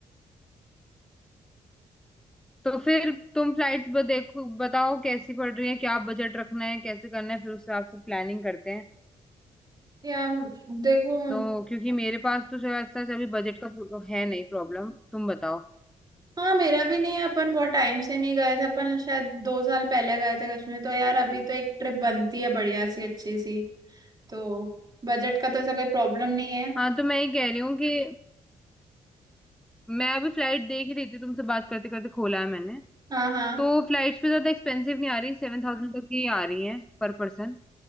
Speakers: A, in the centre; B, on the right (about 25°).
A: तो फिर तुम फ्लाइट्स देखो बताओ कैसी पड़ रही है क्या बजट रखना है कैसे करना है फिर उस हिसाब से प्लानिंग करते हैं
B: यार देखो
A: तो क्योंकि मेरे पास तो जो है ऐसा अभी बजट का है नहीं प्रॉब्लम तुम बताओ
B: हाँ मेरा भी नहीं है अपन बहुत टाइम से नहीं गए थे अपन शायद दो साल पहले गए थे कश्मीर तो यार अभी तो एक ट्रिप बनती है बढ़िया सी अच्छी सी तो बजट का तो ऐसा कोई प्रॉब्लम नहीं है
A: हाँ तो मैं ये कह रही हूँ कि मैं अभी फ्लाइट देख ही रही थी तुमसे बात करते करते खोला है मैंने
B: हाँ हाँ
A: तो फ्लाइट्स भी ज्यादा एक्सपेंसिव नहीं आ रही सेवन थाउजेंड तक ही आ रही है पर पर्सन